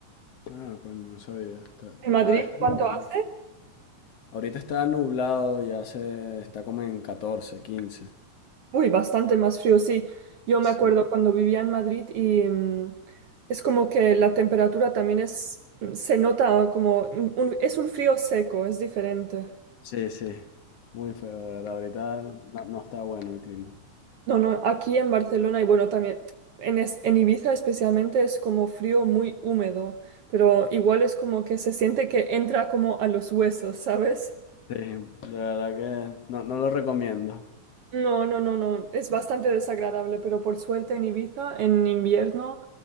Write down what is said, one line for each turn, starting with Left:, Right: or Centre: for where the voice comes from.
Left: Ah, coño, no sabía. Está, está-
Right: ¿En Madrid
Left: está
Right: cuánto
Left: bien.
Right: hace?
Left: Ahorita está nublado, ya se está como en 14, 15.
Right: Uy, bastante más frío, sí. Yo
Left: Sí,
Right: me acuerdo cuando vivía en Madrid y mm, es como que la temperatura también es, mm, se nota como, un- un- es un frío seco, es diferente.
Left: sí, sí. Muy feo, de verdad. Ahorita no, no está bueno el clima.
Right: No, no, aquí en Barcelona y bueno, también en, es- en Ibiza especialmente es como frío muy húmedo, pero igual es como que se siente que entra como a los huesos, ¿sabes?
Left: Sí, de verdad que no, no lo recomiendo.
Right: No, no, no, no. Es bastante desagradable, pero por suerte en Ibiza, en invierno,